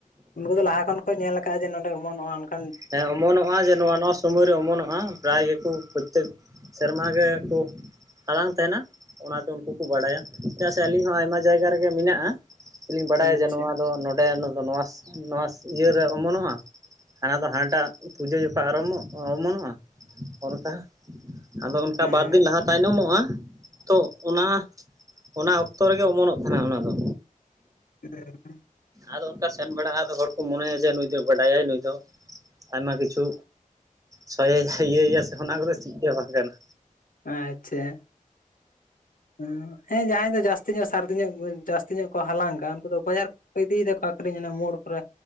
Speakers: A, on the left; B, on the right.
A: ᱩᱱᱠᱩ ᱫᱚ ᱞᱟᱦᱟ ᱠᱷᱚᱱ ᱠᱚ ᱧᱮᱞ ᱟᱠᱟᱜ-ᱟ ᱡᱮ ᱱᱚᱸᱰᱮ ᱚᱢᱚᱱᱚᱜ-ᱟ ᱚᱱᱠᱟ
B: ᱦᱮᱸ ᱚᱢᱚᱱᱚᱜ-ᱟ ᱡᱮ ᱱᱚᱣᱟ ᱱᱚᱣᱟ ᱥᱩᱢᱚᱭ ᱨᱮ ᱚᱢᱚᱱᱚᱜ-ᱟ ᱯᱨᱟᱭ ᱜᱮᱠᱚ ᱯᱨᱚᱛᱛᱮᱠ ᱥᱮᱨᱢᱟ ᱜᱮ ᱠᱩ ᱦᱟᱞᱟᱝ ᱛᱟᱸᱦᱮᱱᱟ ᱚᱱᱟᱛᱮ ᱩᱱᱠᱩ ᱠᱩ ᱵᱟᱰᱟᱭᱟ ᱪᱮᱫᱟᱜ ᱥᱮ ᱟᱹᱞᱤᱧ ᱦᱚᱸ ᱟᱭᱢᱟ ᱡᱟᱭᱜᱟ ᱨᱮᱜᱮ ᱢᱤᱱᱟᱜ-ᱟ, ᱟᱹᱞᱤᱧ ᱵᱟᱲᱟᱭᱟ
A: ᱟᱪᱪᱷᱟ
B: ᱡᱮ ᱱᱚᱣᱟ ᱫᱚ ᱱᱚᱰᱮ ᱱᱚᱣᱟ ᱥᱤ ᱱᱚᱣᱟ ᱥᱤᱭᱟᱹ ᱨᱮ ᱚᱢᱚᱱᱚᱜ-ᱟ ᱦᱟᱱᱟ ᱫᱚ ᱦᱟᱱᱟᱴᱟᱜ ᱯᱩᱡᱟᱹ ᱡᱚᱠᱷᱚᱱ ᱟᱨᱚᱢᱚᱜ ᱚᱢᱚᱱᱚᱜ-ᱟ ᱚᱱᱠᱟ ᱟᱫᱚ ᱚᱱᱠᱟ
A: ᱦᱮᱸ
B: ᱵᱟᱨ ᱫᱤᱱ ᱞᱟᱦᱟ ᱛᱟᱭᱱᱚᱢᱚᱜ-ᱟ ᱛᱚ ᱚᱱᱟ ᱚᱱᱟ ᱚᱠᱛᱚ ᱨᱮᱜᱮ ᱚᱢᱚᱱᱚᱜ ᱛᱟᱦᱮᱱᱟ ᱚᱱᱟ ᱫᱚ,
A: ᱦᱮᱸ
B: ᱟᱫᱚ ᱚᱱᱠᱟ ᱥᱮᱱ ᱵᱟᱲᱟᱜ ᱟ ᱟᱫᱚ ᱚᱠᱟ ᱥᱮᱱ ᱵᱟᱲᱟ-ᱟ ᱦᱚᱲ ᱠᱚ ᱢᱚᱱᱮᱭᱟ ᱡᱮ ᱱᱩᱭ ᱫᱚᱭ ᱵᱟᱰᱟᱭᱟᱭ ᱱᱩᱭ ᱫᱚ ᱟᱭᱢᱟ ᱠᱤᱪᱷᱩ ᱥᱚᱭᱮ ᱥᱮ ᱤᱭᱟᱹᱭ ᱟᱥᱮ ᱚᱱᱟ ᱠᱚᱫᱚ ᱪᱤᱫ ᱜᱮ ᱵᱟᱝ ᱠᱟᱱᱟ᱾
A: ᱟᱪᱪᱷᱟ᱾ ᱦᱩᱸ ᱦᱮᱸ ᱡᱟᱦᱟᱸᱭ ᱫᱚ ᱡᱟᱹᱥᱛᱤ ᱧᱚᱜ ᱥᱟᱹᱨᱫᱤ ᱧᱚᱜ ᱡᱟᱹᱥᱛᱤ ᱧᱚᱜ ᱠᱚ ᱦᱟᱞᱟᱝᱟ ᱩᱱᱠᱩ ᱫᱚ ᱵᱟᱡᱟᱨᱼᱼ ᱤᱫᱤᱭ ᱫᱟᱠᱚ ᱟᱠᱷᱨᱤᱧ ᱚᱱᱟ ᱢᱳᱲ ᱠᱚᱨᱮ